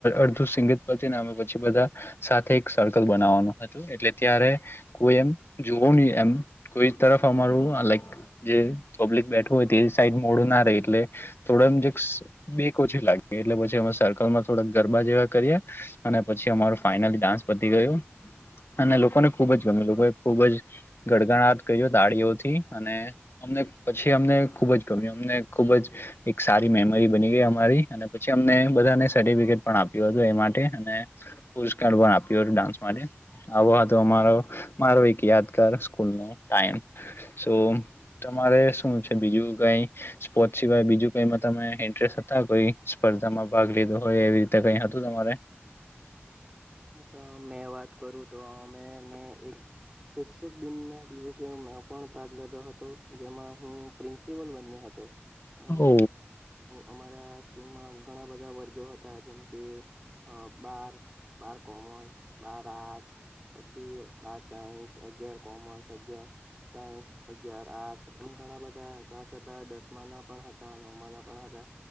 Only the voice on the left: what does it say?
અડધુ સિંગીત પરથી અમે પછી બધા સાથે એક સર્કલ બનાવવાનું હતું એટલે ત્યારે કોઈ એમ જોઓ ની એમ કોઈ તરફ અમારું આ લાઈક જે પબ્લિક બેઠુ હોય તે એ સાઈડ મોડું ના રેય એટલે થોડા જે <unintelligible> બીક ઓછી લાગી એટલે પછી અમે સર કલમા થોડા ગરબા જેવા કર્યા અને પછી અમારો ફાઈનલ ડાન્સ પતી ગયું અને લોકોને ખુબ જ ગમ્યું લોકો ખુબ જ ગડગડાટ કર્યો તાળીઓથી અને અમને પછી અમને ખુબ જ ગમ્યું અમને ખુબ જ એક સારી મેમરી બની ગઈ અમારી અને પછી અમને બધાને સર્ટિફિકેટ પણ આપ્યું હતું. તે માટે અને પુષ્કાળ પણ આપ્યો હતો ડાન્સ માટે આવો હતો અમારો મારો એ યાદગાર સ્કૂલનો ટાઈમ સો તમારે શું છે, બીજું કઈ સ્પોર્ટ સિવાય બીજું કઈમાં તમે ઇન્ટરેસ્ટ હતા કોઈ સ્પર્ધામાં ભાગ લીધો હોય એવી રીતે કઈ હતું તમારે
ઓ